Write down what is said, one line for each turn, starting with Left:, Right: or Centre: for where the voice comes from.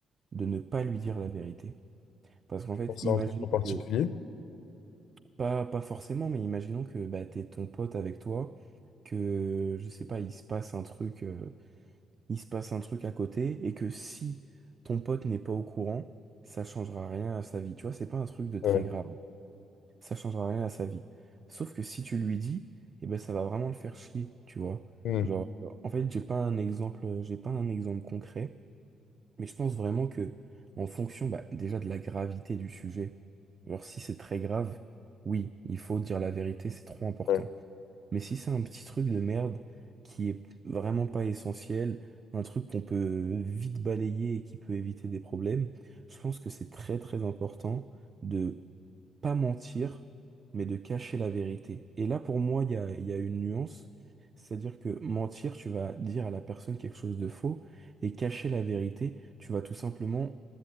Right: de ne pas lui dire la vérité. Parce qu'en
Left: Je
Right: fait,
Left: pense
Right: imaginons
Left: à un truc en particulier.
Right: que, pas, pas forcément, mais imaginons que bah, t'es ton pote avec toi, que, je sais pas, il se passe un truc. euh, il se passe un truc à côté et que si ton pote n'est pas au courant, ça changera rien à sa vie. Tu vois, c'est pas un truc de très
Left: Ouais.
Right: grave. Ça changera rien à sa vie. Sauf que si tu lui dis, eh ben ça va vraiment le faire chier, tu vois.
Left: Mm.
Right: Genre, en fait, j'ai pas un exemple, j'ai pas un exemple concret, mais je pense vraiment que en fonction, bah, déjà de la gravité du sujet. Alors si c'est très grave, oui, il faut dire la vérité, c'est trop important.
Left: Ouais.
Right: Mais si c'est un petit truc de merde qui est vraiment pas essentiel, un truc qu'on peut vite balayer et qui peut éviter des problèmes, je pense que c'est très très important de pas mentir, mais de cacher la vérité. Et là, pour moi, il y a, il y a une nuance, c'est-à-dire que mentir, tu vas dire à la personne quelque chose de faux, et cacher la vérité, tu vas tout simplement